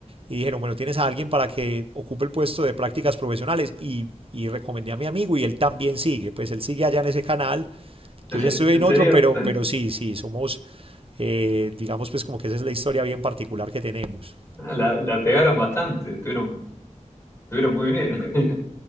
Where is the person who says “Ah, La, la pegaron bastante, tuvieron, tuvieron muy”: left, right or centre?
Left